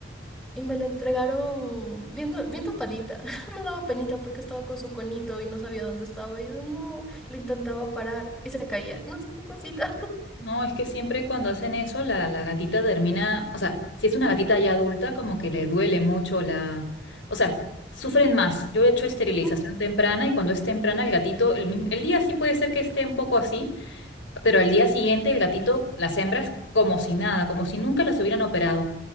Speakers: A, in the centre; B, on the left (about 90°).
A: Y me la entregaron bien, do- bien tapadita. <laughs> Me daba penita porque estaba con su conito y no sabía dónde estaba. Y yo no, le intentaba parar y se caía. No siento cosita.
B: No, es que siempre cuando hacen eso, la, la gatita termina, o sea, si es una gatita ya adulta, como que le duele mucho la, o sea, sufren más. Yo he hecho esterilización
A: <laughs>
B: temprana y cuando es temprana el gatito, el mismo, el día sí puede ser que esté un poco así, pero al día siguiente el gatito, las hembras, como si nada, como si nunca las hubieran operado.